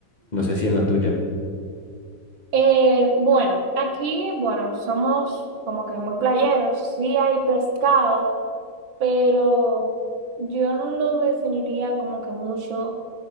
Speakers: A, on the left (about 20°); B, on the right (about 70°).
A: No sé si en la tuya.
B: eh, bueno, aquí, bueno, somos como que muy playeros, sí hay pescado. pero yo no lo definiría como que mucho